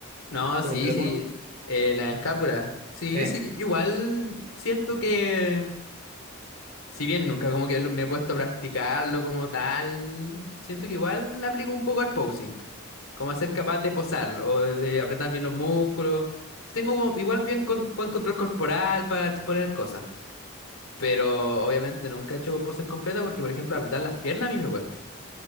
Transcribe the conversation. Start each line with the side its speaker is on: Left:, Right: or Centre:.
Left: No,
Right: Se
Left: sí,
Right: me olvidó
Left: sí.
Right: cómo.
Left: eh, la escápula. Sí,
Right: Eh.
Left: sí, yo igual siento que Si bien nunca como que lo- me he puesto a practicarlo como tal, siento que igual le aplico un poco al posing, como a ser capaz de posar o de apretar bien los músculos. Tengo como igual bien con- buen control corporal para exponer cosas, pero obviamente nunca he hecho poses completas porque, por ejemplo, apretar las piernas a mí me cuesta.